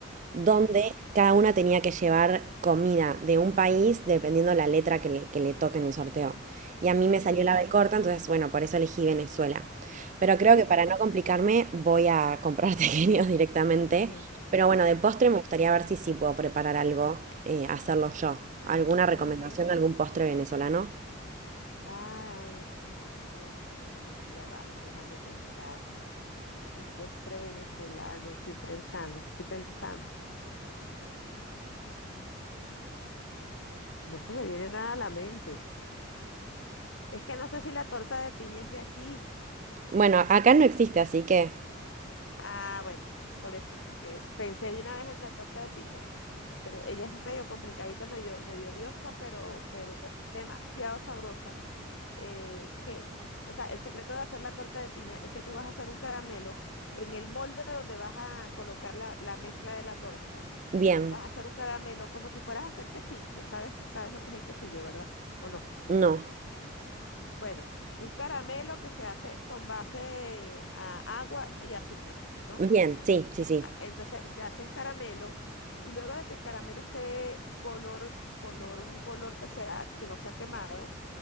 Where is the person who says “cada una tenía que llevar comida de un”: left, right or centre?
Right